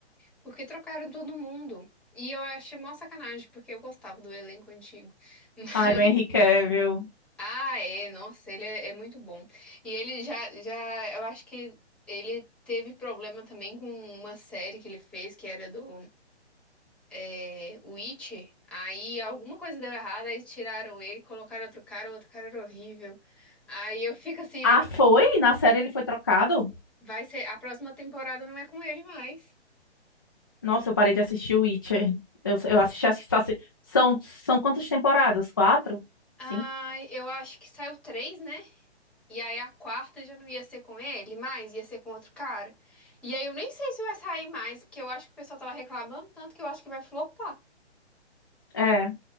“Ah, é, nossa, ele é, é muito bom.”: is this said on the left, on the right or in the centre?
Centre